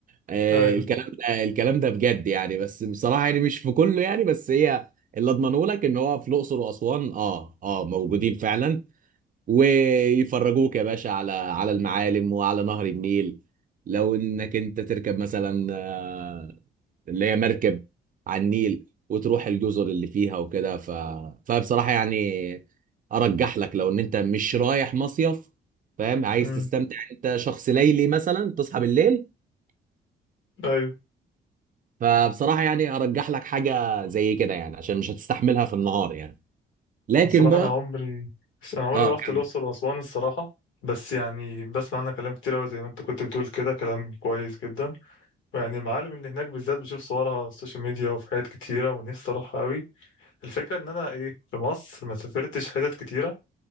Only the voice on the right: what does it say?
آه،
الكلام ده الكلام ده بجد يعني بس بصراحه يعني مش في كله يعني بس هي اللي اضمنه لك ان هو في الاقصر واسوان اه اه موجودين فعلا ويفرجوك يا باشا على على المعالم وعلى نهر النيل لو انك انت تركب مثلا آه، اللي هي مركب على النيل وتروح الجزر اللي فيها وكده ف... فبصراحة يعني ارجح لك لو ان انت مش رايح مصيف فاهم عايز
تستمتع انت شخص ليلي مثلا تصحى بالليل
فبصراحة يعني ارجح لك حاجة زي كده يعني عشان مش هتستحملها في النهار يعني لكن
بقى
اه
كم